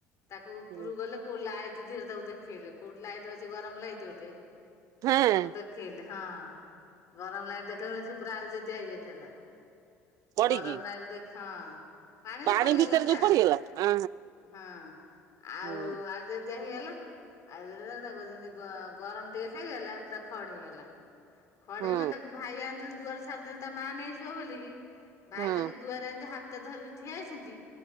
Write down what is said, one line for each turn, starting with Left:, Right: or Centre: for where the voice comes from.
Left: ତାକୁ ଉପରକୁ
Right: ହୁଁ
Left: ଗଲେ ଲାଇଟ୍ ଧୀରେ ତାକୁ ଦେଖେଇଲେ କୋଲଡ ଲାଇଟ୍ ଅଛି ଗରମ ଲାଇଟ ଗୋଟେ
Right: ହେଁ।
Left: ତାକୁ ଦେଖେଇଲି ହଁ ଗରମ ଲାଗିଲି ଦେଖେଇ ପୁରା ଯଦି ହେଇଯାଇଥିଲା <unintelligible>
Right: ପଡିକି
Left: ଗରମ ନାଇରେ ହଁ ପାଣିରେ
Right: ପାଣି
Left: ପଡିଗଲା
Right: ଭିତରେ ଯୋଉ
Left: ନା
Right: ପଡିଗଲା ଆ
Left: ହଁ ଆଉ
Right: ହୁଁ
Left: ଯେତେ ହେଇଗଲା ଆଇ ତା ଗରମ ଟେ ହେଇଗଲା ପୁରା ଖଡ ହେଇଗଲା ଖଡେ
Right: ହୁଁ
Left: ହେଲେ ତାକୁ ଭାଇ ଆଣିଥିଲି ଦୁଆରେ ଛାରିଦେଲି ତା ମା ନେଇଯିବ ବୋଲିକି ଭାଇ
Right: ହୁଁ ହୁଁ
Left: ତାକୁ ଦୁଆରେ ଏମିତି ହାତ ଧରିକି ଠିଆଇହେଛନ୍ତି